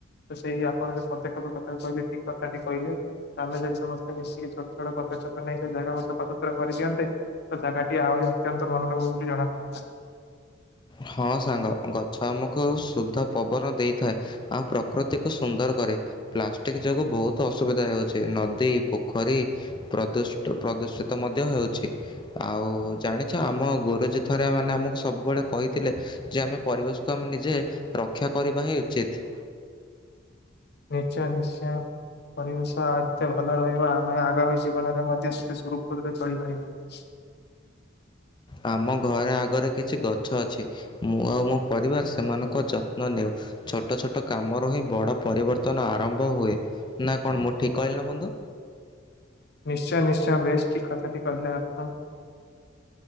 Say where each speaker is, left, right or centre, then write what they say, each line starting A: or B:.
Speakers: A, on the left; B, on the left.
A: ତ ସେଇ ଆପଣ ଯ ପଦକ୍ଷେପ କଥା କହିଲେ ଠିକ କଥାଟି କହିଲେ। ଆମେ ଯଦି ସମସ୍ତେ ମିଶିକି ଛୋଟ ଛୋଟ ପଦକ୍ଷେପ ନେଇ ସେ ଜାଗାକୁ ସଫାସତୁରା କରିଦିଅନ୍ତେ ଜାଗା ଟି ଆହୁରି ଅତ୍ୟନ୍ତ ମନଭଭ ବୋଲି ଜଣାପଡ଼ନ୍ତା।
B: ହଁ ସାଙ୍ଗ ଗଛ ଆମକୁ ସୁଦ୍ଧ ପବନ ଦେଇଥାଏ ଆଉ ପ୍ରକୃତିକୁ ସୁନ୍ଦର କରେ, ପ୍ଲାଷ୍ଟିକ ଯୋଗୁ ବହୁତ ଅସୁବିଧା ହଉଛି ନଦୀ, ପୋଖରୀ ପ୍ରଦୁସ ପ୍ରଦୂ ଦୂଷିତ ମଧ୍ୟ ହେଉଛି। ଆଉ ଜାଣିଛ ଆମ ଗୋରୁଜୀ ଥରେ ମାନେ ଆମକୁ ସବୁବେଳେ କହି ଥିଲେ ଯେ ଆମେ ପରିବେଶକୁ ଆମେ ନିଜେ ରକ୍ଷା କରିବା ହିଁ ଉଚିତ।
A: ନିଶ୍ଚୟ ନିଶ୍ଚୟ। ପରିବେଶ ଏତେ ଭଲ ରହିବ ଆମେ ଆଗାମୀ ଜୀବନରେ ମଧ୍ୟ ସେତେ ସୁରୁଖୁରୁରେ ଚଳିପାରିବା।
B: ଆମ ଘରେ ଆଗରେ କିଛି ଗଛ ଅଛି ମୁଁ ଆଉ ମୋ ପରିବାର ସେମାନଙ୍କ ଯତ୍ନ ନେଉ। ଛୋଟ ଛୋଟ କାମରୁ ହିଁ ବଡ ପରିବର୍ତ୍ତନ ଆରମ୍ଭ ହୁଏ। ନା କଣ ମୁଁ ଠିକ କହିଲି ନା ବନ୍ଧୁ?
A: ନିଶ୍ଚୟ ନିଶ୍ଚୟ ବେଶ ଠିକ କଥାଟି କହିଲେ ଆପଣ।